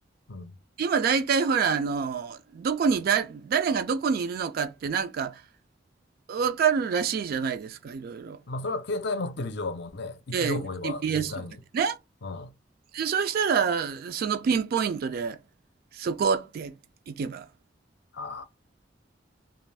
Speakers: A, on the left; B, on the right.
A: うん。
B: 今大体ほら、あの、どこにだ、誰がどこにいるのかってなんかわかるらしいじゃないですか、いろいろ。
A: まあ、それは携帯持ってる以上はもうね、位置情報を言えば絶対に。
B: ええ、GPS とかでね。
A: うん。あ
B: で、そうしたら、そのピンポイントで、そこって行けば。
A: あ。